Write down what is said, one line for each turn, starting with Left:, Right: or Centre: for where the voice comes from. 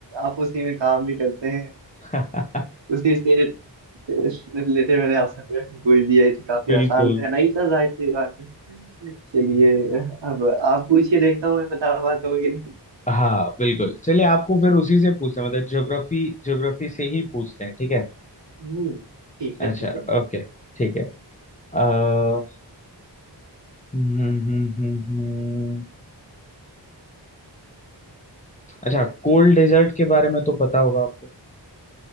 Right: आप उसी में काम भी करते हैं
Left: <laughs>
Right: उसी से रिलेटेड मैंने आपसे प्रश्न पूछ दिया ये तो काफी
Left: बिल्कुल
Right: आसान रहना ही था जाहिर सी बात है चलिए अब आप पूछिए देखता हूँ मैं बता पाता हूँ कि
Left: हाँ बिल्कुल चलिए आपको फिर उसी से पूछते हैं मतलब ज्योग्राफी ज्योग्राफी से ही पूछते हैं ठीक है
Right: हम्म, ठीक
Left: अच्छा
Right: है ठीक है
Left: ओके ठीक है अ, हम्म हम्म हम्म हम्म। अच्छा कोल्ड डेजर्ट के बारे में तो पता होगा आपको